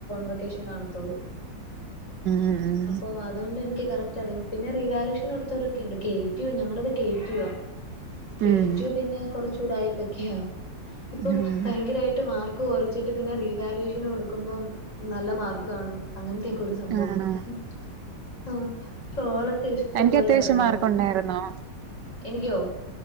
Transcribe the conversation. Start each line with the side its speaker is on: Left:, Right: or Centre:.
Left: വെക്കേഷൻ കാണത്തോളൂ
Right: ഉം
Left: അപ്പോ അതുകൊണ്ട് എനിക്ക് കറക്റ്റ് <unintelligible> പിന്നെ റീവാലയൂഷൻ കൊടുത്തവരൊക്കെയുണ്ട് കേറ്റു ആ ഞങ്ങളടത് കേറ്റു ആ കേറ്റു
Right: ഉം
Left: പിന്നെ കുറച്ചു ഉടായിപ്പ് ഇപ്പൊ ഒക്കെയാവും ഇപ്പം
Right: ഉം
Left: ഭയങ്കരായിട്ട് മാർക്ക് കുറച്ചിട്ട് പിന്നെ റീവാലുവേഷൻ കൊടുക്കുമ്പം നല്ല മാർക്ക് കാണും അങ്ങനത്തൊക്കെ ഇപ്പം ഒരു സംഭവമാണ്
Right: ആണോ
Left: ഉം ആ, ട്രോളൊക്കെ ഇഷ്ടം
Right: തനിക്ക്
Left: പോലെ
Right: അത്യാവശ്യം
Left: ഇറങ്ങുന്നത്
Right: മാർക്കുണ്ടായിരുന്നോ
Left: എനിക്കോ